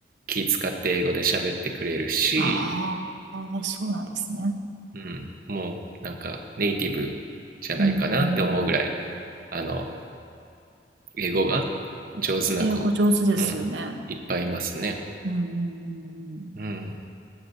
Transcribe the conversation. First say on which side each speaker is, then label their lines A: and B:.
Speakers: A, on the right; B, on the right.
A: 気使って英語で喋ってくれるし
B: あーあー、そうなんですね。
A: うん、もうなんかネイティブじゃないかなって思うぐらい、
B: うんうんうん。
A: あの、英語が上手な子、
B: 英語上手ですよね。
A: うん、いっぱいいますね。
B: うんうん
A: うん。